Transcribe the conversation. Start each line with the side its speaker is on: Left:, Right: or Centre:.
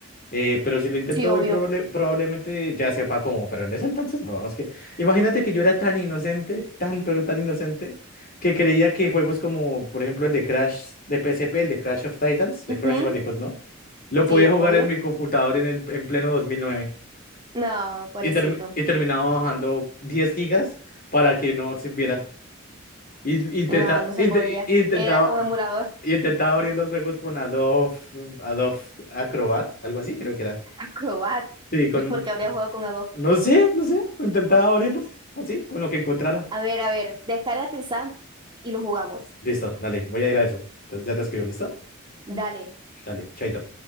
Left: Eh, pero si lo intento
Right: Sí, obvio.
Left: hoy, probable- probablemente ya sepa cómo, pero en ese entonces no, es que imagínate que yo era tan inocente, tan pero tan inocente, que creía que juegos como, por ejemplo, el de Crash de PSP, el de Crash of Titans, de
Right: Ujú,
Left: Crash Bandicoot, ¿no? Lo podía
Right: Sí,
Left: jugar
Right: obvio.
Left: en mi computador en, el, en pleno 2009
Right: No, pobrecito.
Left: y, termi- y terminaba bajando 10 gigas para que no sirviera. Y, intenta-
Right: No, no se
Left: inte-
Right: podía.
Left: y- intentaba,
Right: Era como emulador.
Left: y intentaba abrir los juegos con Adobe, Adobe Acrobat, algo así creo que era.
Right: Acrobat.
Left: Sí, con...
Right: ¿Y por qué habría jugado con A2?
Left: No sé, no sé. Intentaba abrirlos. Así, con lo que encontrara.
Right: A ver, a ver, descárgate el SAMP y lo jugamos.
Left: Listo, dale, voy a ir a eso. Entonces ya te escribo, ¿listo?
Right: Dale.
Left: Dale, chaito.